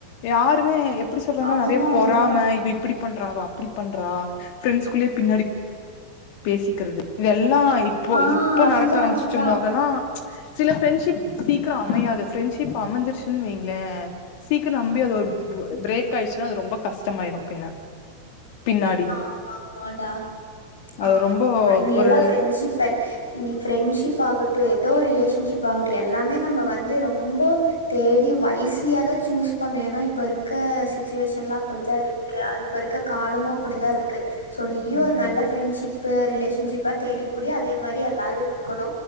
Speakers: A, on the left; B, on the left.
A: யாருமே எப்டி சொல்றதுன்னா
B: அதுதா
A: நெறைய பொறாம
B: அதுதா
A: இவ இப்டி பண்றா அவ அப்டி பண்றா ஃப்ரெண்ட்ஸ் குள்ளயே பின்னாடி பேசிக்கறது இதெல்லா இப்போ
B: ஆ
A: இப்போ
B: அதுதா
A: நடக்க ஆரம்பிச்சிச்சு
B: அதுதா
A: மொதலா சில ஃப்ரெண்ட்ஷிப் சீக்ரோ அமையாது ஃப்ரெண்ட்ஷிப் அமஞ்சிருச்சுன்னு வெய்ங்ளே சீக்ரோ நம்பி அது ஒரு பிரேக் ஆயிடுச்சுன்னா அது ரொம்ப கஷ்டமாயிடு பின்ன பின்னா
B: ஆமாமாடா அ
A: அது
B: ஆமாமா
A: ரொம்போ
B: இனி
A: ஒரு
B: எல்லா ஃப்ரெண்ட்ஷிப்பல் இங்க ஃப்ரெண்ட்ஷிப் ஆகட்டு ஏதோ ரிலேஷன்ஷிப் ஆகட்டு எல்லாமே நம்ம வந்து ரொம்போ தேடி வைஸ்லியாதா சூஸ் பண்ணு ஏன்னா இப்ப இருக்க சிச்சுவேஷன்லா அப்பிடித்தா இரு க்கு அது இப்ப இருக்க காலமு அப்பிடிதா இருக்கு சோ நீயு
A: ம்
B: ஒரு நல்ல ஃப்ரெண்ட்ஷிப்பு ரிலேஷன்ஷிப்பா தேடிப்புடி அதே மாரி எல்லாரு இருக்கணு